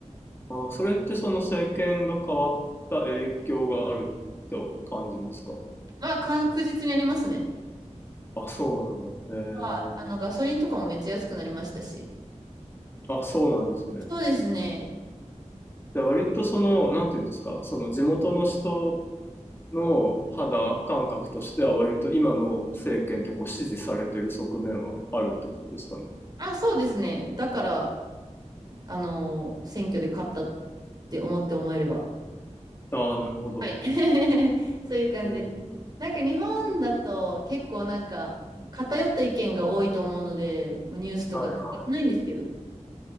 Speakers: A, on the left (about 20°); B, on the right (about 35°).
A: あー、それってその政権が変わった影響があると感じますか
B: まあ確実にありますね。
A: あ、そうなんだ。えー、
B: はい。あの、ガソリンとかもめっちゃ安くなりましたし。
A: あ、そうなんですね。
B: そうですね。
A: じゃあ割とその、なんていうんですか、その地元の人の肌感覚としては割と今の政権ってこう支持されてる側面はあるってことですかね。
B: あ、そうですね。だから、あの、選挙で勝ったって思って思えれば。
A: ああ、なるほど。
B: はい。<laughs> そういう感じです。
A: えー
B: なんか日本だと結構なんか偏った意見が多いと思うので、まあ、ニュースとかで仕方ないんですけど。
A: は